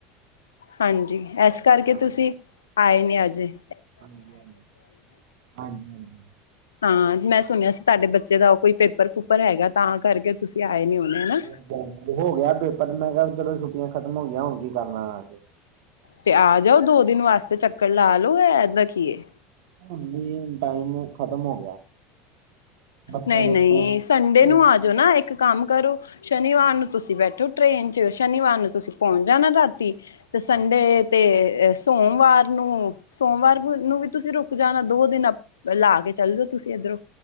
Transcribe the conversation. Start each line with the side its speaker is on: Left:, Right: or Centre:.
Left: ਹਾਂਜੀ, ਐਸ ਕਰਕੇ
Right: ਹਾਂ
Left: ਤੁਸੀਂ ਆਏ ਨੇ ਅਜੇ
Right: ਹਾਂਜੀ- ਹਾਂਜੀ, ਹਾਂਜੀ- ਹਾਂਜੀ
Left: ਹਾਂ, ਮੈਂ ਸੁਣਿਆ ਸੀ ਤੁਹਾਡੇ ਬੱਚੇ ਦਾ ਉਹ ਕੋਈ ਪੇਪਰ ਪੂਪਰ ਹੈਗਾ ਤਾਂ ਕਰਕੇ ਤੁਸੀਂ ਆਏ ਨੀ ਹੋਣੇ ਹਨਾ।
Right: ਹਾਂਜੀ- ਹਾਂਜੀ ਹੋ ਗਿਆ ਪੇਪਰ ਮੈਂ ਕਿਹਾ ਚਲੋ ਛੁੱਟੀਆਂ ਖਤਮ ਹੋ ਗਈਆਂ ਹੁਣ ਕੀ ਕਰਨਾ ਆ ਕੇ
Left: ਤੇ ਆ ਜਾਓ ਦੋ ਦਿਨ ਵਾਸਤੇ ਚੱਕਰ ਲਾ ਲਓ ਐਦਾ ਕੀ ਏ
Right: ਹੁਣ ਨੀ ਟਾਈਮ ਖ਼ਤਮ ਹੋ ਗਿਆ ਬੱਚਿਆਂ
Left: ਨਹੀਂ-
Right: ਦੇ
Left: ਨਹੀਂ
Right: ਸਕੂਲ
Left: ਸੰਡੇ
Right: ਸਕੂਲ
Left: ਨੂੰ ਆਜੋ ਨਾ ਇੱਕ ਕੰਮ ਕਰੋ? ਸ਼ਨੀਵਾਰ ਨੂੰ ਤੁਸੀਂ ਬੈਠੋ ਟਰੇਨ 'ਚ, ਸ਼ਨੀਵਾਰ ਨੂੰ ਤੁਸੀਂ ਪਹੁੰਚ ਜਾਣਾ ਰਾਤੀ ਤੇ ਸੰਡੇ
Right: ਹਾਂਜੀ
Left: ਤੇ, ਸੋਮਵਾਰ ਨੂੰ, ਸੋਮਵਾਰ
Right: ਹਾਂਜੀ
Left: ਨੂੰ ਵੀ ਤੁਸੀਂ ਰੁਕ ਰੁਕ ਜਾਣਾ, ਦੋ ਦਿਨ ਅਪ, ਲਾ ਕੇ ਚੱਲ ਜਾਓ ਤੁਸੀਂ ਇੱਧਰੋਂ